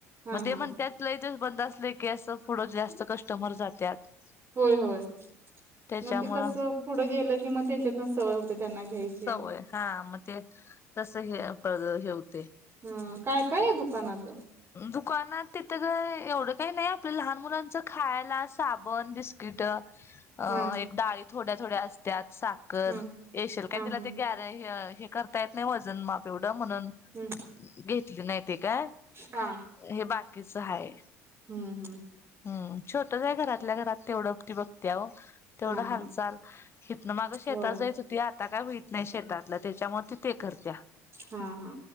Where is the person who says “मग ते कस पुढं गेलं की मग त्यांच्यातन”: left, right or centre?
Right